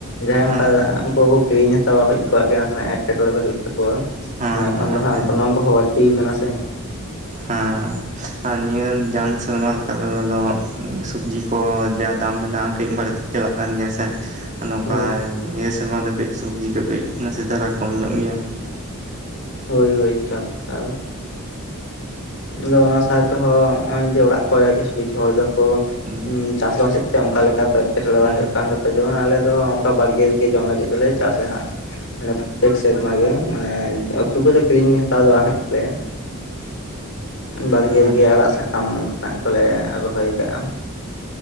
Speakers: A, on the left; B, on the right.
A: ᱡᱟᱦᱟᱸᱭ
B: ᱦᱮᱸ
A: ᱚᱱᱠᱟ ᱩᱱᱠᱩ ᱠᱚ ᱠᱤᱨᱤᱧ ᱦᱟᱛᱟᱣᱟ ᱦᱮᱡ ᱠᱚᱣᱟᱜ ᱜᱮᱱᱟᱜ ᱮᱴᱠᱮᱴᱚᱬᱮ ᱫᱚ ᱦᱩᱭᱩᱜ ᱛᱟᱠᱚ
B: ᱦᱮᱸ
A: ᱠᱚᱣᱟ ᱤᱠᱷᱟᱱ
B: ᱱᱚᱣᱟ
A: ᱫᱚ ᱦᱟᱸᱜ
B: ᱦᱮᱸ
A: ᱜᱚᱱᱚᱝ ᱠᱚᱦᱚᱸ ᱵᱟᱹᱲᱛᱤ ᱟᱠᱟᱱᱟ ᱥᱮ
B: ᱦᱮᱸ ᱟᱨ ᱱᱤᱭᱟᱹ ᱡᱟᱱ ᱥᱮᱨᱢᱟ ᱞᱮᱠᱟ ᱛᱮᱫᱚ ᱥᱚᱵᱽᱡᱤ ᱠᱚ ᱡᱟ ᱫᱟᱢ ᱢᱮᱱᱟᱜᱼᱟ ᱠᱟᱹᱡ ᱵᱟᱹᱲᱤᱡ ᱪᱟᱞᱟᱜ ᱠᱟᱱ ᱜᱮᱭᱟ ᱥᱮ᱾ ᱱᱚᱝ
A: ᱦᱳᱭ
B: ᱠᱟᱭ ᱱᱤᱭᱟᱹ ᱥᱮᱨᱢᱟ ᱫᱷᱟᱵᱤᱡ ᱥᱚᱵᱽᱡᱤ ᱠᱚ ᱠᱟᱹᱡ ᱱᱟᱥᱮ ᱫᱷᱟᱨᱟ ᱠᱚᱢ ᱧᱚᱜ ᱜᱮᱭᱟ᱾
A: ᱦᱳᱭ ᱦᱳᱭ <unintelligible> ᱟᱫᱚ ᱚᱱᱟ ᱥᱟᱶᱛᱮᱦᱚᱸ ᱦᱟ-ᱚᱸᱭ ᱡᱮ ᱚᱲᱟᱜ ᱠᱚᱭᱮ ᱠᱤᱪᱷᱩ ᱠᱤᱪᱷᱩ ᱦᱚᱲ ᱫᱚᱠᱚ
B: ᱦᱮᱸ
A: ᱦᱩᱸᱪᱟᱥᱵᱟᱥᱮᱫ ᱛᱮ ᱚᱱᱠᱟ ᱞᱮᱠᱟ ᱫᱚ ᱮᱴᱠᱮᱴᱚᱬᱮ
B: ᱦᱮᱸ
A: ᱵᱟᱝ ᱦᱩᱭᱩᱜ ᱠᱟᱱ ᱛᱟ ᱡᱮᱢᱚᱱ ᱟᱞᱮ ᱫᱚ ᱚᱱᱠᱟ ᱵᱟᱲᱜᱮ ᱨᱮᱜᱮ ᱡᱚᱢ ᱞᱟᱹᱜᱤᱫ ᱝᱮᱞᱮ ᱪᱟᱥᱟ ᱦᱟᱸᱜ᱾ ᱢᱟᱱᱮ ᱯᱨᱚᱛᱛᱮᱠ ᱥᱮᱨᱢᱟ ᱜᱮ ᱢᱟᱱᱮ ᱩᱛᱩ ᱠᱚᱫᱚ ᱠᱤᱨᱤᱧ ᱦᱟᱛᱟᱣ ᱫᱚ ᱵᱟᱝ ᱦᱩᱭᱩᱜ ᱛᱟᱞᱮᱭᱟ᱾ ᱵᱟᱲᱜᱮ
B: ᱦᱮᱸ
A: ᱜᱮ ᱟᱲᱟᱜ ᱥᱟᱠᱟᱢ ᱚᱱᱠᱟᱱᱟᱜ ᱠᱚᱞᱮ ᱨᱚᱦᱚᱭ ᱠᱟᱜᱼᱟ᱾